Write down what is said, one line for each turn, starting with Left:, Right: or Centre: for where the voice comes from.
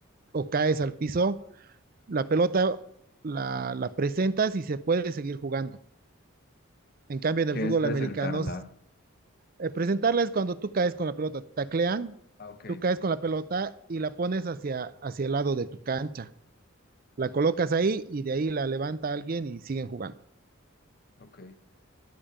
Right: o caes al piso, la pelota la, la presentas y se puede seguir jugando. En cambio, en
Left: ¿qué
Right: el fútbol
Left: es presentarla?
Right: americano Eh, presentarla es cuando tú caes con la pelota, te taclean,
Left: Ah, ok,
Right: tú caes con la pelota y la pones hacia, hacia el lado de tu cancha. La colocas ahí y de ahí la levanta alguien y siguen jugando.
Left: ok.